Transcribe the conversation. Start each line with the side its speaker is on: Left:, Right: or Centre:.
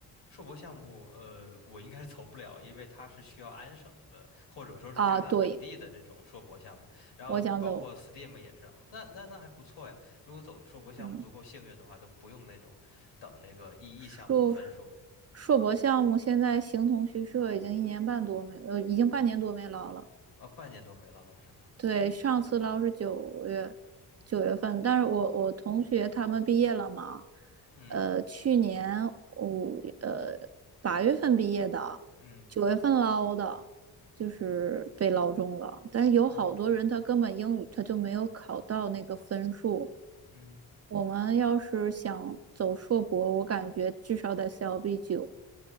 Left: 硕博项目，呃，我应该是走不了，因为它是需要安省的，或者说是加拿大本地的这种硕博项目，
Right: 啊，对，
Left: 然后包括
Right: 我想走，
Left: STEAM 也是，那那那还不错呀。如果走硕博项目足够幸运的话，
Right: 嗯，
Left: 都不用那种等那个 EE
Right: 硕
Left: 项目的分数，
Right: 硕博项目现在形同虚设，已经一年半多没，呃，已经半年多没捞了。
Left: 呃，半年都没落了是吗？
Right: 对，上次捞是九月九月份，但是我我同学他们毕业了嘛，
Left: 嗯
Right: 呃，去年五呃八月份毕业的，
Left: 嗯，
Right: 九月份捞的，就是被捞中了。但是有好多人他根本英语他就没有考到那个分数。
Left: 哦，嗯。
Right: 我们要是想走硕博，我感觉至少得 CLB 九，